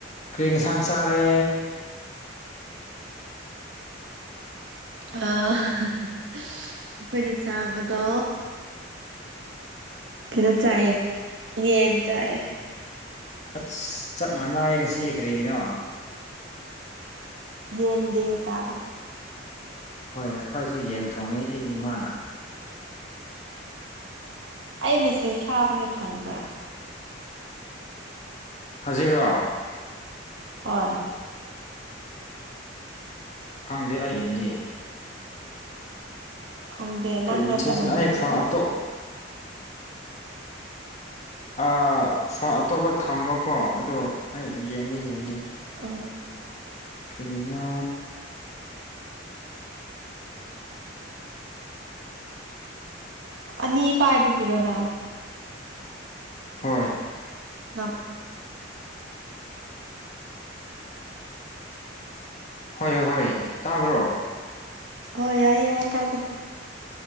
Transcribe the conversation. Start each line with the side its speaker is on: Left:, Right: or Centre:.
Left: ꯀ꯭ꯔꯤ ꯌꯦꯟꯁꯥꯡ ꯆꯥꯔꯦ
Right: ꯑꯥ ꯑꯩꯈꯣꯏꯅ ꯆꯥꯕꯗꯣ ꯀꯩꯅꯣ ꯆꯥꯏꯌꯦ ꯌꯦꯟ ꯆꯥꯏꯌꯦ
Left: ꯑꯁ ꯆꯞ ꯃꯥꯟꯅꯩ ꯉꯁꯤ ꯀꯔꯤꯒꯤꯅꯣ
Right: ꯌꯦꯟ ꯗꯦ ꯇꯥꯕ
Left: ꯍꯣꯏ ꯑꯩꯈꯣꯏꯁꯨ ꯌꯦꯟ ꯊꯣꯡꯉꯦ ꯑꯩ ꯏꯃꯥꯅ
Right: ꯑꯩ ꯃꯦꯁꯦꯁ ꯊꯥꯕꯅꯦ ꯐꯪꯕ꯭ꯔꯥ
Left: ꯍꯧꯖꯤꯛꯔꯣ
Right: ꯍꯣꯏ
Left: ꯈꯪꯗꯦ ꯑꯩ ꯌꯦꯡꯒꯤ
Right: ꯐꯪꯗꯦ ꯅꯪ
Left: ꯀꯔꯤ
Right: ꯅꯠꯇꯕ
Left: ꯃꯦꯁꯦꯁꯅꯣ
Right: ꯃꯥꯥꯟꯂꯦ
Left: ꯑꯩ ꯐꯣꯟ
Right: ꯑꯗꯨꯗꯤ
Left: ꯑꯇꯣꯞ ꯑꯥ ꯐꯣꯟ ꯑꯇꯣꯞꯄ ꯊꯝꯕꯀꯣ ꯑꯗꯨ ꯑꯩ ꯌꯦꯡꯒꯦ ꯌꯦꯡꯒꯦ
Right: ꯑꯥ
Left: ꯀꯔꯤꯅꯣ
Right: ꯑꯅꯤ ꯄꯥꯏꯕꯒꯤꯔꯣ ꯅꯪ
Left: ꯍꯣꯏ
Right: ꯅꯝ
Left: ꯍꯣꯏ ꯍꯣꯏ ꯍꯣꯏ ꯇꯥꯕ꯭ꯔꯣ
Right: ꯍꯣ ꯌꯥꯏꯌꯦ ꯌꯥꯏ ꯀꯥꯏꯗꯦ